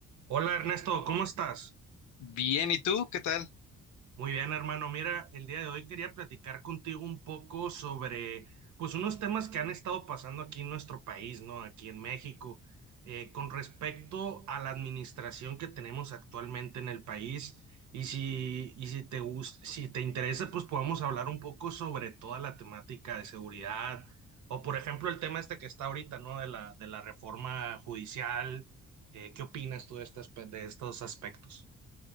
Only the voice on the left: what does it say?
Bien, ¿y tú? ¿Qué tal?